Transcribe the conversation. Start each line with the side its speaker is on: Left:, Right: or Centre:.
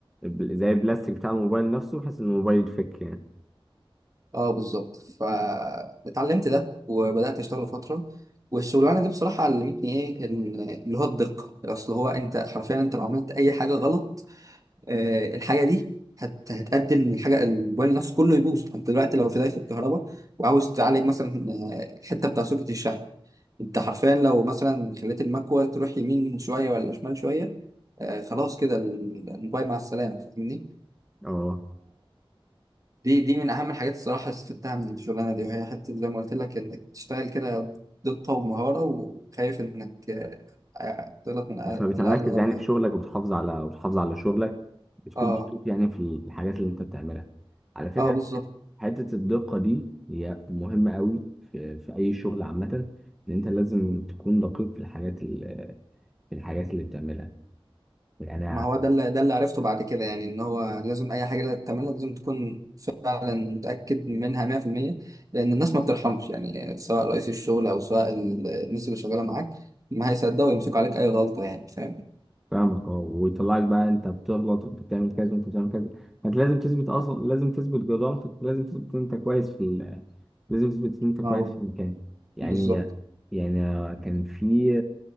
Centre: زي البلاستيك بتاع الموبايل نفسه بحيث ان الموبايل يتفك يعني
Right: اه بالظبط فاتعلمت ده وبدات اشتغل فتره والشغلانه دي بصراحه علمتني ايه إن- اللي هو الدقه اصل هو انت حرفيا انت لو عملت اي حاجه غلط آه الحاجه دي هت... هتأدي ان الحاجه الموبايل نفسه كله يبوظ انت دلوقتي لو في دايره الكهرباء وعاوز تعالج مثلا آه، الحته بتاع سوكت الشحن انت حرفيا لو مثلا خليت المكوه تروح يمين شويه ولا شمال شويه آه خلاص كده الموبايل مع السلامه فاهمني
Centre: اه
Right: دي دي من اهم الحاجات الصراحه اللي استفدتها من الشغلانه دي وهي حته زي ما قلت لك انك تشتغل كده دقه ومهاره وخايف انك آه، آه، تغلط من اقل
Centre: فبتركز
Right: من أقل غلطه
Centre: يعني في شغلك وبتحافظ على وبتحافظ على شغلك بتكون
Right: اه
Centre: مبسوط يعني في الحاجات اللي انت بتعملها على فكرة
Right: اه بالظبط
Centre: حتة الدقة دي هي مهمة قوي في, في أي شغل عامة إن أنت لازم تكون دقيق في الحاجات ال- في الحاجات اللي بتعملها يعني
Right: ما هو ده اللي ده اللي عرفته بعد كده يعني ان هو لازم اي حاجه تعملها لازم تكون فعلا متاكد منها 100% لان الناس ما بترحمش يعني سواء رئيس الشغل او سواء ال- الناس اللي شغاله معاك ما هيصدقوا يمسكوا عليك اي غلطه يعني فاهم
Centre: فاهمك اه ويطلعك بقى انت بتغلط وانت بتعمل كذا وانت بتعمل كذا انت لازم تثبت اصلا لازم تثبت جدارتك ولازم تثبت ان انت كويس في ال... لازم تثبت ان انت كويس
Right: اه
Centre: في المكان يعني
Right: بالظبط
Centre: يعني كان في